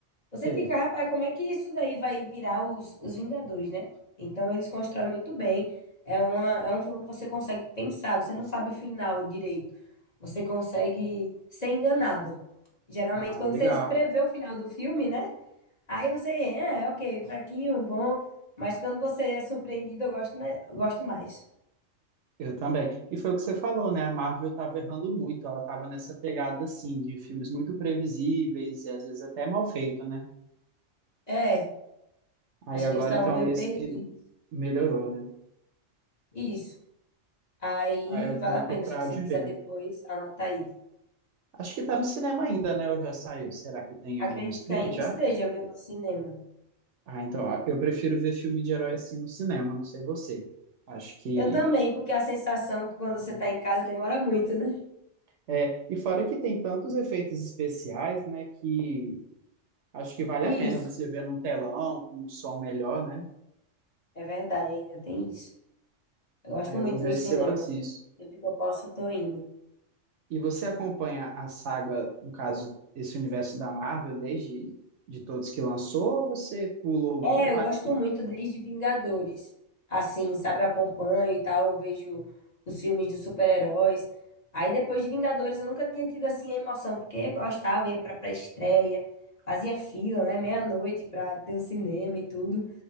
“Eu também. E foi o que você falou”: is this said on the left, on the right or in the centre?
Right